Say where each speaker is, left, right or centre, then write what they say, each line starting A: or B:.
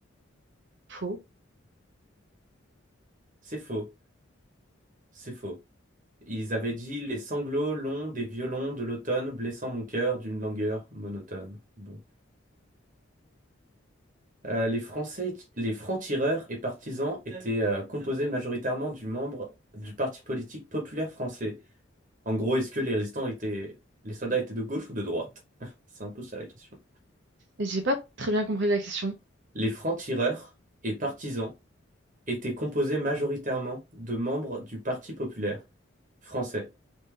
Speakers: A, on the right; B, on the right.
A: Faux.
B: C'est faux. C'est faux. Ils avaient dit les sanglots longs des violons de l'automne blessant mon cœur d'une langueur monotone. Bon. Euh, les Français, les francs-tireurs et partisans étaient euh, composés majoritairement du membres du Parti politique populaire français. En gros, est-ce que les résistants étaient, les soldats étaient de gauche ou de droite? <laughs> C'est un peu ça la question.
A: Et J'ai pas très bien compris la question.
B: Les francs-tireurs et partisans étaient composés majoritairement de membres du Parti populaire français.